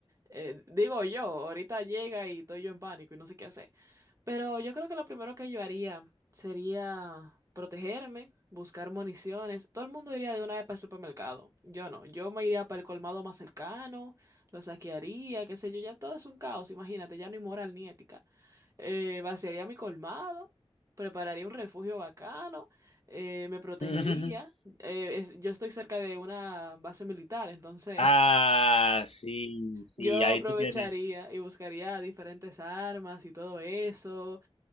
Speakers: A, on the right (about 30°); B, on the left (about 65°).
A: Eh, digo yo, ahorita llega y estoy yo en pánico y no sé qué hacer. Pero yo creo que lo primero que yo haría sería protegerme, buscar municiones. Todo el mundo iría de una vez para el supermercado. Yo no, yo me iría para el colmado más cercano, lo saquearía, qué sé yo, ya todo es un caos, imagínate, ya no hay moral ni ética. Eh, vaciaría mi colmado, prepararía un refugio bacano, eh, me protegería.
B: <laughs>
A: Eh, es- yo estoy cerca de una base militar, entonces
B: Ah,
A: <laughs>
B: sí, sí,
A: yo
B: ahí
A: aprovecharía
B: tú tienes.
A: y buscaría diferentes armas y todo eso